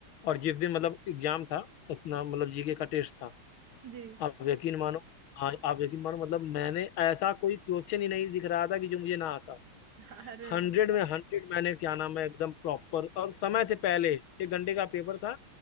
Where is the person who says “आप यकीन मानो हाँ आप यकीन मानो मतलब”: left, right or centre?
Left